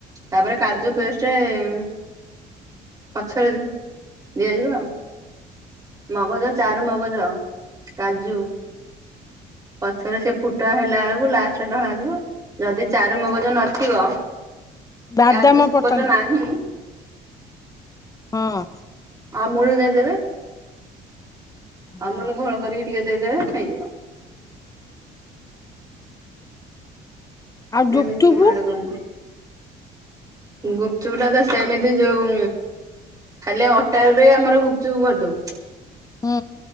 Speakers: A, on the right; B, on the left.
A: ତାପରେ କାଜୁ ପେଷ୍ଟରେ ପଛରେ ଦିଆଯିବ ଆଉ। ମଗଜ ଚାରୁ ମଗଜ କାଜୁ ପଛରେ ସେ ଫୁଟ ହେଲା ବେଳକୁ ଲାଷ୍ଟରେ ଢଳା ଯିବ ଯଦି ଚାରୁ ମଗଜ ନଥିବ
B: ବାଦାମ
A: କାଜୁ ସପୋଜ
B: ପଡିଛନ୍ତି
A: ନାହିଁ।
B: ହଁ।
A: ଆମୁଲ ଦେଇଦେବେ
B: ହଁ
A: ଆମୁଲ ଘୋଳ କରିକି ଟିକେ ଦେଇଦେବେ ହେଇଯିବ
B: ଆଉ ଗୁପଚୁପୁ
A: ଏମିତି ଆମ ଆଡ଼େ କରନ୍ତି ଗୁପଚୁପଟା ତ ସେମିତି ଯୋଉ ଖାଲି ଅଟା ରେ ଆମର ଗୁପଚୁପ କରିଦଉ
B: ହୁଁ।